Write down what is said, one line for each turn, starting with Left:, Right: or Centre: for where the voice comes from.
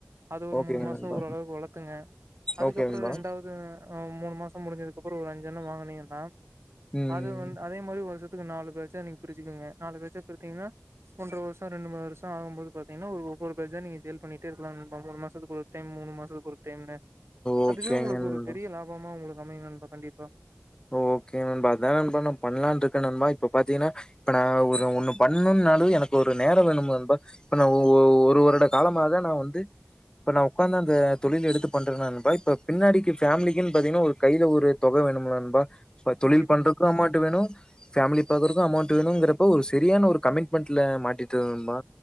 Right: அது ஒரு
Left: ஓகேங்க
Right: மூணு மாசம்
Left: நண்பா
Right: ஓரளவுக்கு வளர்த்துங்க அதுக்கப்புறம்
Left: ஓகே நண்பா
Right: ரெண்டாவது் மூணு மாசம் முடிஞ்சதுக்கு அப்புறம் ஒரு அஞ் என்ன வாங்கனீங்கன்னா
Left: ம்
Right: அது வந்து அதே மாரி ஒ இதுல நாலு பேஜ்ஜா நீங்க பிரிச்சுக்குங்க நாலு பேஜ்ஜா பிரிச்சிங்கனா ஒன்றரை வருஷம் ரெண்டு மூணு வருஷம் ஆகும் போது பாத்திங்கனா ஒவ்வொரு பேஜ் ஆ நீங்க சேல் பண்ணிட்டே இருக்கலாம் ஒவ்வொரு மாசத்துக்கு ஒரு டைம் மூணு மாசத்துக்கு ஒரு டைம்னு
Left: ஓகேங்க
Right: அதுவே உங்களுக்கு
Left: நண்பா
Right: ஒரு பெரிய லாபமா உங்களுக்கு அமையும் நண்பா கண்டிப்பா
Left: ஓகே நண்பா அதான் நண்பா நான் பண்லாம்ருக்கேன் நண்பா இப்ப பாத்தீங்கன்னா இப்ப நான் ஒரு ஒண்ணு பண்ணும்னாலே எனக்கு ஒரு நேரம் வேணும் நண்பா இப்ப நான் ஒரு வருட காலமாக நான் வந்து இப்ப நான் உட்காந்து அந்த தொழில் எடுத்து பண்றேன்னா நண்பா இப்ப பின்னாடிக்கு ஃபேமிலிக்குன்னு பாத்தீங்கன்னா ஒரு கையில ஒரு தொகை வேணும்ல நண் பா இப்ப தொழில்
Right: கண்டிப்பா
Left: பண்றக்கு அமொண்ட்டு வேணும் ஃபேமிலி பாக்கர்கும் அமௌண்ட் வேணுங்கிறப்ப ஒரு சரியான ஒரு கமிட்மெண்ட்ல மாட்டிட்டேன் நண்பா